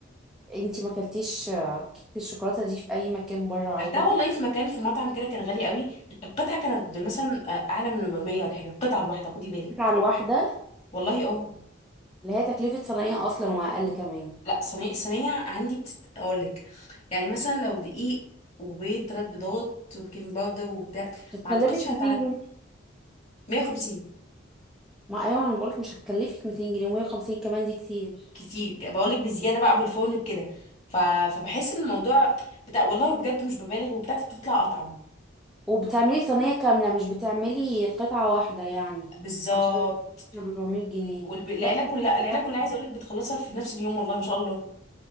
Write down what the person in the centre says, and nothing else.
انت ما اكلتيش آه، كيكه الشوكولاته دي في اي مكان بره وعجبتك
على الواحده
اللي هي تكلفه صنايع اصلا واقل كمان
مش هتكلفك
200 جنيه
ما ايوه انا بقولك مش هتكلفك 200 جنيه و150 كمان دي كتير
وبتعملي صينية كاملة مش بتعملي قطعة واحدة يعني
عشان 400 جنيه
لا
كتير
بصراحة.